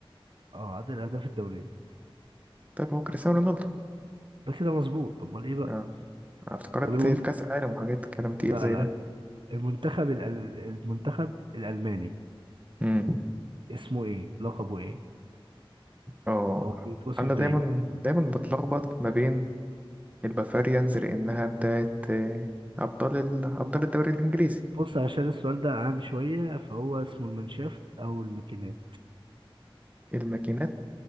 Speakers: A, on the right; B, on the right.
A: اه عدد الاهداف الدوليه
B: طيب هو كريستيانو رونالدو
A: ده كده مظبوط طب امال ايه بقى
B: اه افتكرت
A: طب المن...
B: في كأس العالم وحاجات كلام تقيل
A: لا
B: زي
A: لا
B: ده
A: لا المنتخب ال... المنتخب الالماني
B: امم
A: اسمه ايه لقبه ايه
B: اه
A: او بيتوصف
B: انا
A: بايه
B: دايما دايما بتلخبط ما بين البافاريانز لانها بتاعت آه، ابطال ال... ابطال الدوري الانجليزي
A: بص عشان السؤال ده عام شويه فهو اسمه المانشافت او الماكينات
B: الماكينات